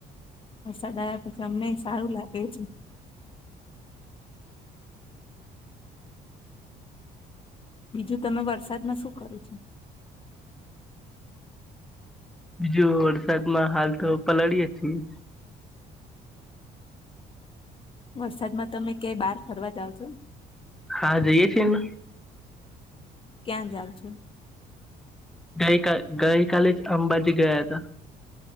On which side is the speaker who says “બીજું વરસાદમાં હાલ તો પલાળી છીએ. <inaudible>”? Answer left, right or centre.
Centre